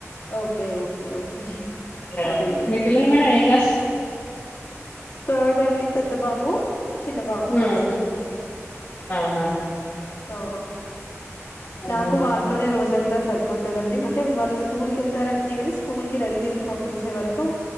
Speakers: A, on the left; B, on the left.
A: okay okay okay okay
B: madam
A: అదే
B: మీ పిల్లలు మేడం ఏ క్లాస్
A: థర్డ్ అండి పెద్ద బాబు చిన్న బాబు
B: హ్మ్.
A: ఫస్ట్
B: అవునా
A: ఓ
B: హ్మ్.
A: నాకు వాళ్ళతోనే రోజంతా సరిపోతుందండి అంటే వాళ్ళు స్కూల్ కి వెళ్తారనే ని స్కూల్ కి రెడీ చేసి పంించే వరకు